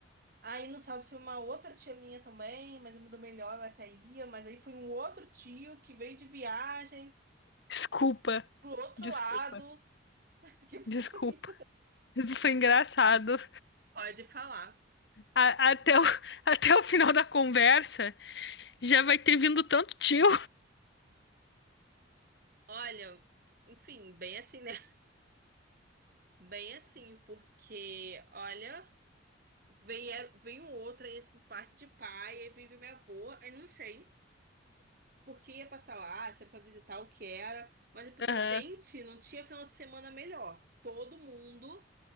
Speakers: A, on the right; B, on the left.
A: Aí, no sábado, foi uma outra tia minha também, mas eu me dou melhor, eu até ia. Mas aí foi um outro tio que veio de viagem
B: Desculpa,
A: pro outro
B: desculpa,
A: lado. <laughs> Que foi...
B: desculpa. Isso foi engraçado.
A: Pode falar.
B: A- até o, <laughs> até o final da conversa já vai ter vindo tanto tio.
A: Olha, enfim, bem assim, né? Bem assim, porque, olha. Vem, é, vem um outro, aí esse por parte de pai, aí vem, vem minha avó, aí não sei por que ia passar lá, se era pra visitar o que era, mas eu pensando,
B: Aham.
A: gente, não tinha final de semana melhor. Todo mundo